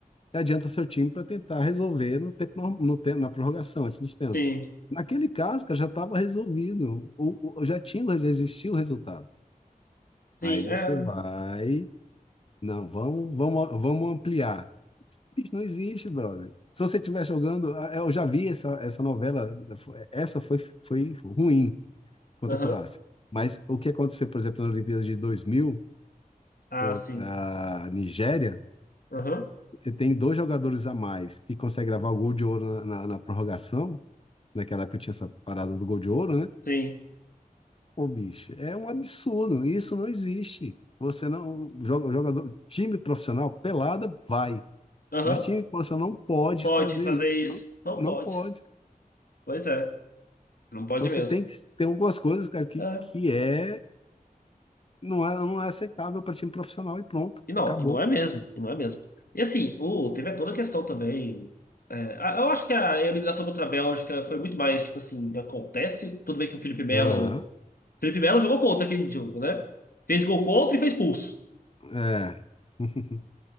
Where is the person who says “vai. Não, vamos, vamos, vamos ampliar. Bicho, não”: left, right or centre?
Left